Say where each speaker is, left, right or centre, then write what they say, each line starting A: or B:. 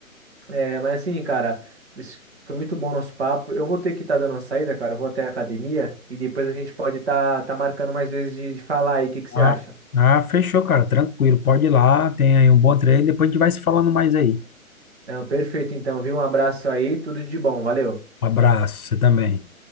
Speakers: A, on the right; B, on the left.
A: É, mas assim, cara, isso- foi muito bom o nosso papo. Eu vou ter que estar dando uma saída, cara. Eu vou até a academia e depois a gente pode estar tá, tá marcando mais vezes de, de falar aí. O que que você
B: Ah,
A: acha?
B: ah, fechou, cara. Tranquilo. Pode ir lá. Tenha aí um bom treino. Depois a gente vai se falando mais aí.
A: Não, perfeito, então, viu? Um abraço aí, tudo de bom, valeu.
B: Um abraço. Você também.